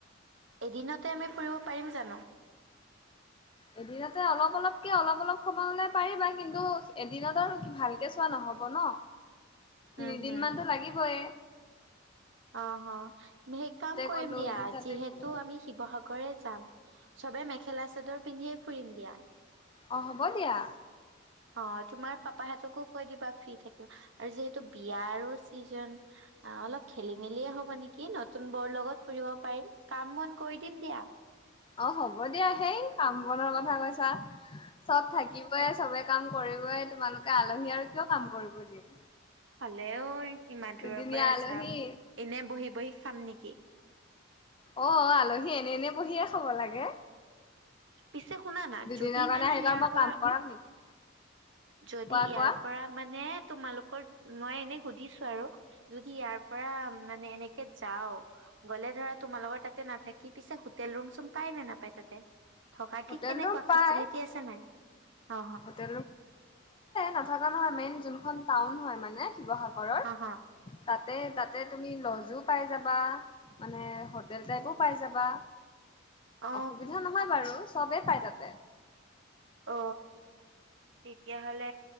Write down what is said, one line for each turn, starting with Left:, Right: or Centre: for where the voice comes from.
Right: এদিনতে আমি ফুৰিব পাৰিম জানো?
Left: এদিনতে অলপ অলপকে, অলপ অলপ সময়লে পাৰিবা কিন্তু, এদিনত আৰু ভালকে চোৱা নহব ন?
Right: উম,
Left: তিনিদিন
Right: হুম।
Left: মানটো লাগিবই।
Right: অ অ সেই কাম কৰিম
Left: গ'লো
Right: দিয়া
Left: এদিন তাতে
Right: যিহেতু
Left: গ'লো
Right: আমি শিৱসাগৰে যাম। চবে মেখেলা চাদৰে পিন্ধিয়ে ফুৰিম দিয়া।
Left: অ হ'ব দিয়া।
Right: অ তোমাৰ পাপাহঁতকো কৈ দিবা ফ্ৰী থাকিব। আৰু যিহেতু বিয়াৰো ছিজন। অলপ খেলি মেলিয়ে হব নেকি? নতুন বৰ লগত ফুৰিব পাৰিম। কাম বন কৰি দিম দিয়া।
Left: অ হ'ব দিয়া। হেই কাম বনৰ কথা কৈছা চব থাকিব। চবে কাম কৰিবই, তোমালোকে আলহী আৰু কিয় কাম কৰিব দিম?
Right: হলেও ইমান
Left: দুদিনীয়া
Right: দূৰৰ পৰা
Left: আলহী
Right: যাম, এনে বহি বহি খাম নেকি?
Left: অ আলহী এনে এনে বহিয়ে খাব লাগে।
Right: পিছে শুনা না
Left: দুদিনৰ
Right: যদি
Left: কাৰণে
Right: মানে
Left: আহিবা
Right: ইয়াৰ
Left: আ মই
Right: পৰা
Left: কাম কৰাম নেকি?
Right: যদি
Left: কোৱা
Right: ইয়াৰ
Left: কোৱা
Right: পৰা মানে তোমালোকৰ মই এনে সুধিছো আৰু। যদি ইয়াৰ পৰা মানে এনেকে যাও গলে ধৰা, তোমালোকৰ লগৰ তাতে নাথাকি কি পিছে হোটেল ৰুম চুম পায় নে নাপায় তাতে? থকা
Left: হোটেল
Right: কি কেনেকুৱা
Left: ৰুম পাই
Right: ফেচিলিটি আছে নাই? অ
Left: <unintelligible> আছে নথকা নহয় মেইন যোনখন টাউন হয় মানে শিৱসাগৰৰ
Right: অ' হ'
Left: তাতে তাত তাতে তুমি লজো পাই যাবা, মানে হোটেল টাইপো পাই যাবা।
Right: অ'
Left: অসুবিধা নহয় বাৰু চবেই পাই তাতে।
Right: অ তেতিয়াহলে